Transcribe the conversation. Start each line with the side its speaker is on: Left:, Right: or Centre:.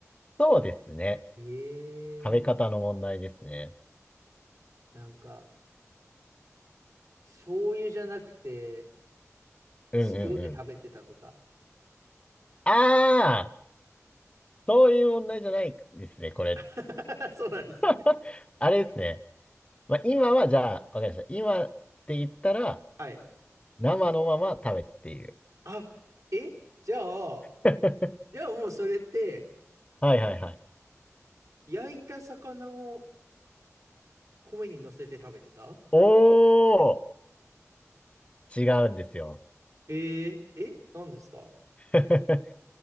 Left: そうですね。
Right: えー、
Left: 食べ方の問題ですね。
Right: なんか、醤油じゃなくて、
Left: うんうんうん。
Right: 塩で食べてたとか。
Left: ああ、そういう問題じゃないですね、これ。
Right: <laughs> そうなんですね。
Left: <laughs> あれですね。まあ、今はじゃあ、わかりました。今って言ったら、
Right: はい
Left: 生のまま食べている。
Right: あ、えじゃあ、
Left: <laughs>
Right: じゃあもうそれって、
Left: はいはいはい。
Right: 焼いた魚を米に乗せて食べてた
Left: おー、違うんですよ。
Right: えー、え何ですか
Left: <laughs>